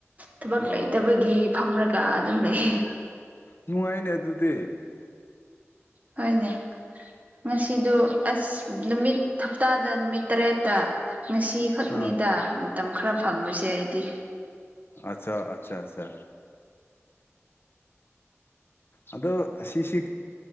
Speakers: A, on the right (about 30°); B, on the left (about 50°).
A: ꯊꯕꯛ
B: ꯑꯣ
A: ꯂꯩꯇꯕꯒꯤ ꯐꯝꯔꯒ ꯑꯗꯨꯝ ꯂꯩꯌꯦ
B: ꯅꯨꯡꯉꯥꯏꯅꯦ ꯑꯗꯨꯗꯤ
A: ꯍꯣꯏꯅꯦ ꯉꯁꯤꯗꯨ ꯑꯁ ꯅꯨꯃꯤꯠ ꯍꯞꯇꯥꯗ ꯅꯨꯃꯤꯠ ꯇꯔꯦꯠꯇ ꯉꯁꯤ ꯈꯛꯅꯤꯗ
B: ꯎꯝ
A: ꯃꯇꯝ ꯈꯔ ꯐꯪꯕꯁꯦ ꯑꯩꯗꯤ
B: ꯑꯆꯥ ꯑꯆꯥ ꯑꯆꯥ ꯆ ꯑꯗꯣ ꯑꯁꯤꯁꯤ